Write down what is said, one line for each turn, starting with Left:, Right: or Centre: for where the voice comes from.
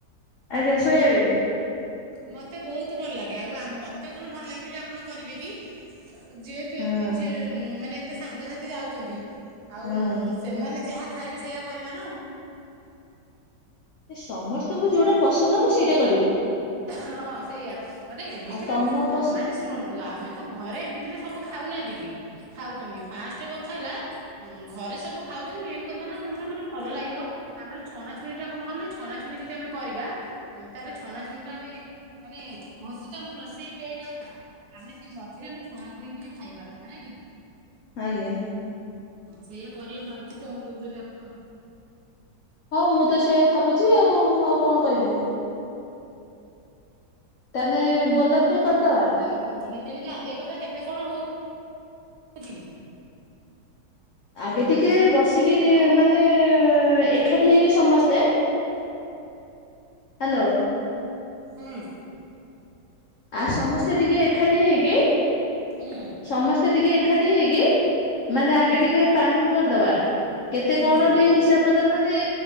Left: ଆଜ୍ଞା ସୋୟାବିନ୍।
Right: ମତେ ବହୁତ ଭଲ ଲାଗେ ଆଉ ଆ ମତେ କଣ ଭଲ ଲାଗେ ବୋଲି ଆପଣ କରିବେ କି। ଯେହେତୁ
Left: ହଁ
Right: ଏତେ ଝି ମାନେ ଏତେ ସାଙ୍ଗସାଥି ଯାଉଛନ୍ତି ଆଉ
Left: ହଁ।
Right: ଉଁ। ସେମାନେ ଯାହା ଖାଇବେ ସେଇଆ କରିବା ନା ଆଉ।
Left: ଏ ସମସ୍ତଙ୍କୁ ଯୋଉଟା ପସନ୍ଦ ହବ ସେଇଟାକୁ।
Right: ହଁ ସେଇଆ ମାନେ ଏମିତିରେ
Left: ଆଉ ତମ ପସନ୍ଦ
Right: ଆ ମାନେ ଶୁଣନ୍ତୁ। ନ୍ତୁ ଆମେ ତ ଘରେ ଏମିତିରେ ସବୁ ଖାଉନାହାନ୍ତି କି ଖାଉଛନ୍ତି ଫାଷ୍ଟ କଥା ହେଲା? ହୁଁ ଘରେ ସବୁ ଖାଉଛନ୍ତି ମେନ୍ କଥା ହେଲା ଯୋଉଟା ମାନେ ଭଲ ଲାଗିବ। ଆମର ଛଣା ଛୁଣି ଟା କଣ କହିଲେ ଛଣାଛୁଣି ଯଦି ଆମେ କରିବା। ତା ପରେ ଛଣା ଛୁଣିଟା ଆମେ ମାନେ ଭୋଜି ଟା ଆମର ରୋଷେଇ ଲେଟ୍ ହବନା। ଆମେ ସେଇ ମଝିରେ ଆମେ ଛଣାଛୁଣି ଟିକେ ଖାଇ ପାରୁଥିବା ନା କି?
Left: ଆଜ୍ଞା।
Right: ହୁଁ ସେଇଆ କରିବା ମୁଁ ଭାବୁଛି କଁ କହୁଛନ୍ତି ଆପଣ?
Left: ହଁ ମୁଁ ତ ସେୟଆ ଭାବୁଛି ଆଉ ମୁଁ ଆଉ କଣ କହିବି। ତାନେ ବୋଲର ଟେ କରିଦବା।
Right: ହଁ ନିଜେ ନିଜେ ଆଦେଇ କରିଦେବା କେତେ କଣ ହଉଛି।
Left: ଆଗେ ଟିକେ ବସିକି ଟିକେ
Right: ନା କଣ?
Left: ମାନେ ଏକାଠି ହେଇକି ସମସ୍ତେ। ହାଲୋ।
Right: ହୁଁ।
Left: ଆଉ ସମସ୍ତେ ଟିକେ ଏକାଠି ହେଇକି।
Right: ହୁଁ
Left: ସମସ୍ତେ ଟିକେ ଏକାଠି ହେଇକି ମାନେ
Right: ହୁଁ
Left: ଆଗେ ଟିକେ। ପ୍ଲାଲିଙ୍ଗ କରିଦବା କେତେ
Right: ହୁଁ
Left: କଣ ଟିକେ ହିସାବ ପତ୍ ତ୍ର ମାନେ